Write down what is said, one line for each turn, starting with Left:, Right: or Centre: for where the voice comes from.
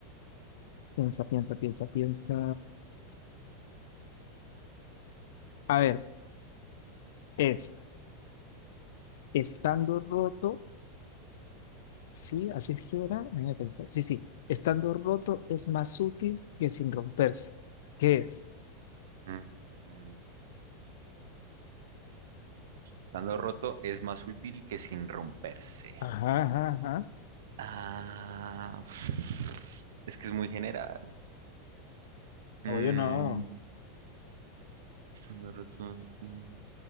Left: piensa, piensa, piensa, piensa. A ver, es estando roto, sí, así es que era, déjame pensar. Sí, sí, estando roto es más útil que sin romperse. ¿Qué es?
Right: Mm, Estando roto es más útil que sin romperse.
Left: Ajá, ajá, ajá.
Right: Ah, <sniffs> es que es muy general.
Left: Obvio
Right: Mm,
Left: no.
Right: estando roto es más útil que sin